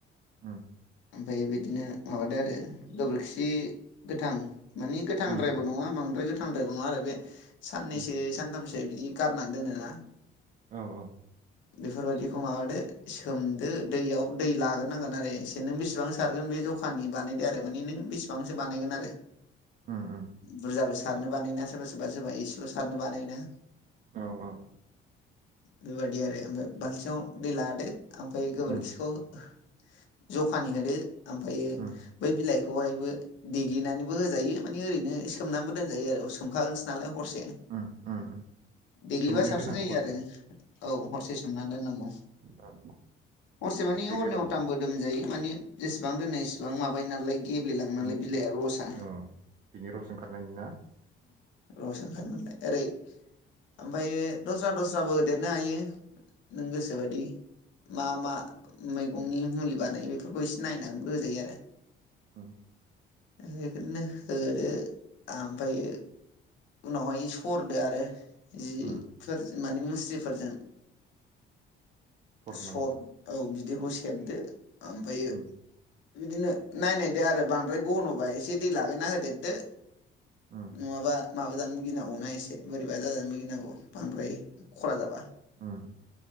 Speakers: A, on the right (about 40°); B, on the left (about 75°).
A: उम
B: ओमफाय बिदिनो माबादो आरो गोबोरखि गोथां माने गोथांद्रायबो
A: उम
B: नङा बांद्राय गोथांद्रायबो नङा आरो बे साननैसो
A: उम
B: सानथामसो बिदि गारनानै दोनोना
A: औ औ
B: बेफोरबायदिखौ माबादो सोमदो दैयाव दै लाग्रोनांगोन आरो एसे नों बेसिबां सारगोन बे जखानि बानायदो आरो माने नों बेसेबांसो बानायगोन आरो।
A: उम उम
B: बुरजाबो सारनो बानायना सोरबा सोरबा सोरबा एसेल' सारनो बानायोना।
A: औ औ
B: बेबायादि आरो ओमफ्राय बाल्थिङाव दै लादो ओमफाय गोबोरखिखौ
A: उम
B: <inaudible> जखानि होदो ओमफायो
A: उम
B: बै बिलाइखौहायबो देग्लिनानैबो होजायो माने ओरैनो सोमनाबो दोनजायो आरो सोमखागोनसो नालाय हरसे।
A: उम उम उम
B: देग्लिबा
A: सोमनानै
B: साबसिन
A: दोननांगौ
B: जायो
A: हरसे
B: आरो औ हरसे सोमनानै दोननांगौ
A: औ
B: हरसे माने
A: देग्लिबा
B: हरनै हरथामबो दोमजायो माने जेसेबां दोनो एसेबां माबायो नालाय गेब्लेलाङो नालाय
A: बिनि
B: बिलाइआ रसा
A: औ बिनि रस ओंखारनायनि ना
B: रस ओंखारोनालाय ओरै ओमफ्राय दस्रा दस्राबो होदेरनो हायो। नों गोसोबायदि मा मा मैगंनि मुलि बानायो बे बेफोरखौ इसे नायनानैबो होजायो आरो
A: औ
B: बेबायदिनो होदो ओमफ्रायो उनावहाय सरदो आरो। जिफोर
A: उम
B: माने मुस्रिफोरजों
A: सरनांगौ
B: सर औ बिदैखौ सेबदो ओमफ्रायो
A: उम
B: बिदिनो नायनायदो आरो बांद्राय गन'बा एसे दै लागायना होदेरदो
A: उम
B: नङाबा माबाजानोबो गिनांगौना एसे बोरैबा जाजानो गिनांगौ बांद्राय खरा जाबा
A: उम